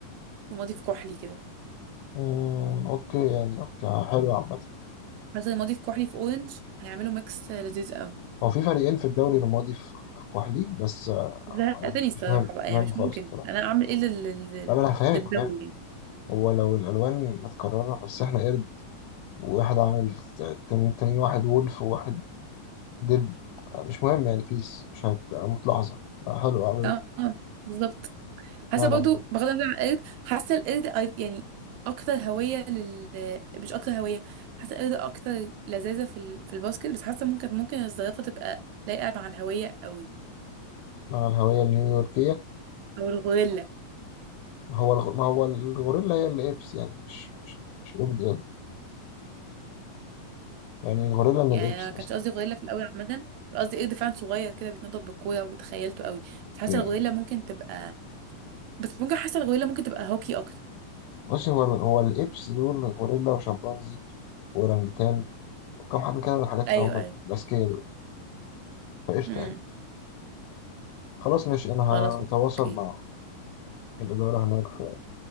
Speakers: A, on the right; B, on the left.
A: رمادي في كحلي كده
B: مم، اوكي يعني اوكي حلو عامة
A: حسن الماضي في كحلي في اورنج هيعملوا ميكس لذيذ قوي
B: هو في فريقين في الدوري الرمادي في في الكحلي بس
A: زهقتني
B: عادي
A: الصراحه
B: مش مهم
A: بقى
B: مش مهم
A: يعني مش
B: خالص
A: ممكن
B: الصراحة
A: انا اعمل ايه لل... لل...
B: لا ما أنا هفهمك
A: للدول
B: هفهمك
A: يعني
B: هو لو الألوان متكررة بس إحنا قرد وواحد عامل تاني تاني واحد وولف وواحد دب مش مهم يعني بيس مش هتموت لحظة حلو عملت
A: اه آه، بالظبط حاسه
B: لا
A: برضو
B: لا
A: بغض النظر عن القرد حاسه القرد أي- يعني اكتر هويه لل مش اكتر هويه حاسه القرد اكتر لذاذه في ال... في الباسكت بس حاسه ممكن ممكن الزرافه تبقى لايقه مع الهويه قوي
B: مع الهوية النيويوركية
A: او الغوريلا
B: ما هو الغ... ما هو الغوريلا هي الإبس يعني مش مش مش قرد قرد يعني الغوريلا من
A: يعني
B: الإبس
A: انا
B: أصلا
A: ما كانش قصدي غوريلا في الاول عامه كان قصدي قرد فعلا صغير كده بيتنطط بالكوره وتخيلته قوي بس حاسه
B: أوكي
A: الغوريلا ممكن تبقى بس ممكن حاسه الغويله ممكن تبقى هوكي اكتر
B: بص هو ال- هو الإبس دول غوريلا وشمبانزي وأورانجتان وكم حد كده من الحاجات
A: ايوه
B: اللي هم
A: ايوه
B: الأذكياء دول فقشطة
A: امم
B: يعني. خلاص ماشي انا
A: خلاص اوكي
B: هتواصل مع الاداره هناك في